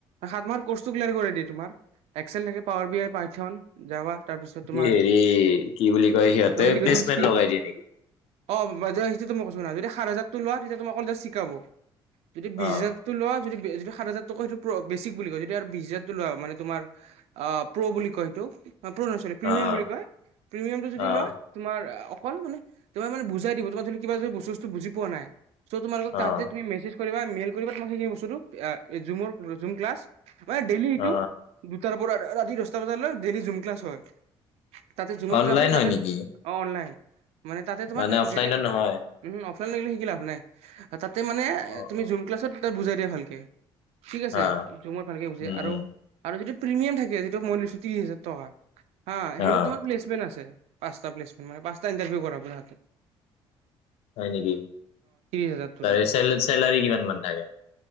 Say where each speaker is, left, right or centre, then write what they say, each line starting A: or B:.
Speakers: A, on the right (about 80°); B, on the left (about 75°).
A: সাত মাহৰ কটো কোৰ্চ কৰেই দি তোমাৰ এক্সেল লে পাৱাৰ বি আই পাঠ যাবা তাৰপিছত
B: কি
A: তোমাৰ
B: হেৰি কি বুলি কয় সিহঁতে
A: কমিউনিকেশ্যন
B: প্লেচমেন্ট
A: স্কিল
B: লগাই দিয়ে নেকি?
A: অ মই কৈছ না যদি সাত হাজাৰ লোৱা তেতিয়া তুম অকল জাষ্ট শিকাব। যদি বিশ
B: অ'
A: হাজাৰটো লোৱা যদি যিটো সাত হাজাৰ টকা সেইটো প্ৰ' বেচিক বুলি কয়, যদি আৰু বিশ হাজা মানে তোমাৰ অ' প্ৰ' বুলি কয় সেইটো। প্ৰ' নহয় চৰি, প্ৰিমিয়াম
B: অ' অ'
A: বুলি কয় প্ৰিমিয়ামটো যদি
B: অ'
A: লোৱা তোমাৰ কল মানে তোমাৰ মানে বুজাই দিব তোমাৰ ধৰিলোৱা কিবা যদি বস্তু-চস্ত বুজি পোৱা নাই। চ' তোমালোকৰ
B: অ'
A: তাতে তুমি মেছেজ কৰিবা, মেইল কৰিবা তোমাক সেইখিনি বস্তুটো জুমৰ-জুম ক্লাছ। মানে, <unintelligible>
B: অ
A: দুটাৰ পৰা, ৰাতি দহটা বজালৈ ডেইলি জুম ক্লাছ হয়। তাতে জুমৰ
B: অনলাইন
A: ক্লাছ হয়, তাতে
B: নেকি?
A: অ' অনলাইন। মানে তাতে তোমাৰ
B: মানে
A: <unintelligible>
B: অফলাইনত নহয়?
A: অফলাইনত শিকি লাভ নাই। তাতে মানে
B: অ'
A: তুমি
B: অ'
A: জুম ক্লাছত তাত বুজাই দিয়ে ভালকে। ঠিক আছে,
B: অ'
A: জুমত ভালকে বুজাই।
B: উম
A: আৰু,
B: উম
A: আৰু যিটো প্ৰিমিয়াম থাকে, যিটো মই লৈছো ত্ৰিশ হাজাৰ টকা। আ' সেইটো
B: অ'।
A: তোমাৰ প্লেচমেণ্ট আছে। পাঁচটা প্লেচমেণ্ট মানে পাঁচটা ইণ্টাৰভিউ কৰা তাতে,
B: হয় নেকি
A: হাজাৰটোত
B: তাৰে
A: আৰু।
B: চে চেলাৰী কিমান মান থাকে।